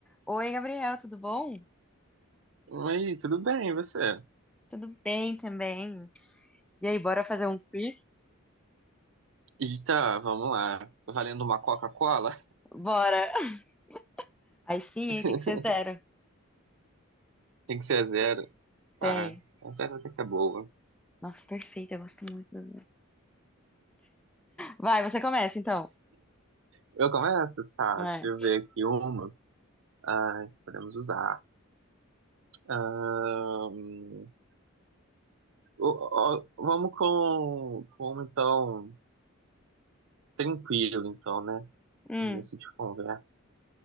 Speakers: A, in the centre; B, on the right.
A: Oi, Gabriel, tudo bom?
B: Oi, tudo bem, e você?
A: Tudo bem também. E aí, bora fazer um quiz?
B: Eita, vamos lá. Valendo uma Coca-Cola?
A: Bora! <laughs> Aí sim,
B: <laughs>
A: hein? Tem que ser zero.
B: Tem que ser a zero. Tá,
A: Tem.
B: a zero até que é boa.
A: Nossa, perfeito, eu gosto muito. do zero. Vai, você começa então.
B: Eu começo? Tá,
A: É.
B: deixa eu ver aqui uma. Ai, podemos usar. Ahn, o- o- vamos com, com uma, então, tranquilo, então, né?
A: Hum,
B: Começo de conversa.